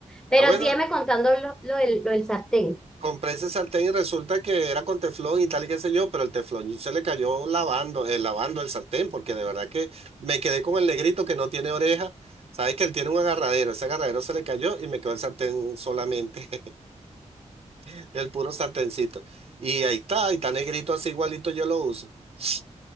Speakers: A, in the centre; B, on the right.
A: Pero
B: Ah, bueno,
A: sígueme contando lo, lo del, lo del sartén.
B: Compré ese sartén y resulta que era con teflón y tal y qué sé yo, pero el teflón se le cayó lavando, eh, lavando el sartén, porque de verdad que me quedé con el negrito que no tiene oreja. Sabes que él tiene un agarradero, ese agarradero se le cayó y me quedó el sartén solamente, <laughs> el puro sartencito. Y ahí está, y está negrito así igualito yo lo uso. <laughs>